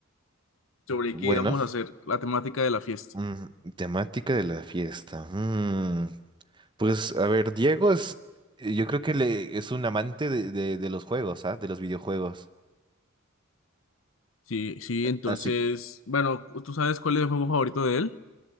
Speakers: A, on the left (about 70°); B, on the right (about 20°).
A: sobre
B: Bueno,
A: qué vamos a hacer, la temática de la fiesta.
B: mm, temática de la fiesta. mm, pues a ver, Diego es, yo creo que le, es un amante de, de- de los juegos, ¿ah? De los videojuegos.
A: Sí, sí, entonces,
B: Así
A: bueno, ¿tú sabes cuál es el juego favorito de él?